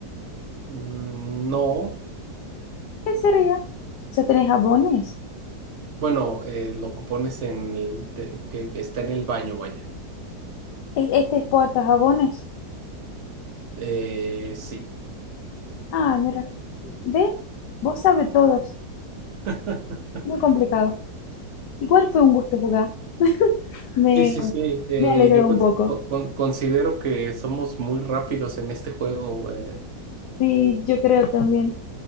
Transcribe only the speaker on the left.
¿Qué sería? ¿Se tenés jabones?
¿E- ¿Este exporta jabones?
Ah, mira. ¿Ve? Vos sabes todas.
Muy complicado. Igual fue un gusto jugar. Me,
me alegró
un poco.
Sí, yo creo también.